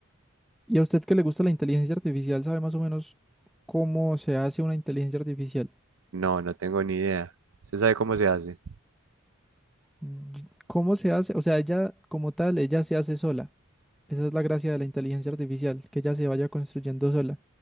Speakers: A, in the centre; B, on the right.
A: ¿y a usted que le gusta la inteligencia artificial, sabe más o menos cómo se hace una inteligencia artificial?
B: No, no tengo ni idea. ¿Usted sabe cómo se hace?
A: Y- ¿Cómo se hace? O sea, ella como tal, ella se hace sola. Esa es la gracia de la inteligencia artificial, que ella se vaya construyendo sola.